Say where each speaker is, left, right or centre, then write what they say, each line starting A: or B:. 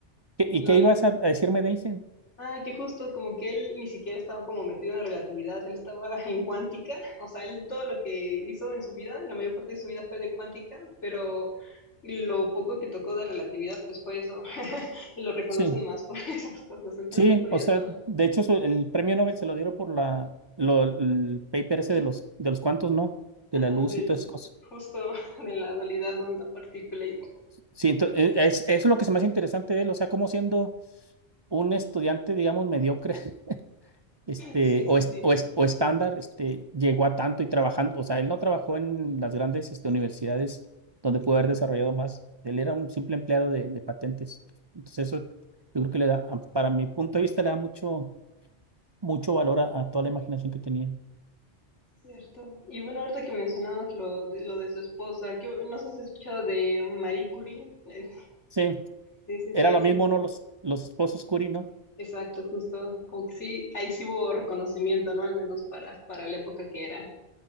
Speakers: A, on the right; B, on the left.
A: ¿Qué- ¿Y
B: no.
A: qué
B: él-
A: ibas a, a decirme de Einstein?
B: Ah, que justo como que él ni siquiera estaba como metido en relatividad, él estaba <laughs> en cuántica, o sea, él todo lo que hizo en su vida, la mayor parte de su vida fue de cuántica, pero lo poco que tocó de relatividad, pues fue eso, <laughs> y lo reconocen
A: Sí,
B: más por <laughs> esas cosas, entonces
A: sí,
B: es curioso.
A: o sea, de hecho su- el premio Nobel se lo dieron por la, lo- el paper ese
B: El-
A: de los, de los cuantos, ¿no?
B: ajá,
A: De la luz
B: del,
A: y todas esas cosas.
B: justo <laughs> de la dualidad onda-partícula,
A: Sí, ento- e- es, eso es lo que se me hace interesante de él, o sea, cómo siendo un estudiante, digamos, mediocre, <laughs> este,
B: Sí,
A: o,
B: sí,
A: es-
B: sí,
A: o, es- o estándar, este, llegó a tanto y trabajando, o sea, él no trabajó en las grandes, este, universidades donde pudo haber desarrollado más. Él era un simple empleado de, de patentes. Entonces, eso yo creo que le da, para mi punto de vista, le da mucho, mucho valor a, a toda la imaginación que tenía.
B: cierto. Y bueno, ahorita que mencionabas lo de, lo de su esposa, que no sé si has escuchado de Marie Curie. Eh,
A: Sí,
B: Sí, sí,
A: era
B: sí, así.
A: lo mismo, ¿no? Los, los esposos Curie, ¿no?
B: Exacto, justo. Como que sí, ahí sí hubo reconocimiento, ¿no? Al menos para, para la época que era.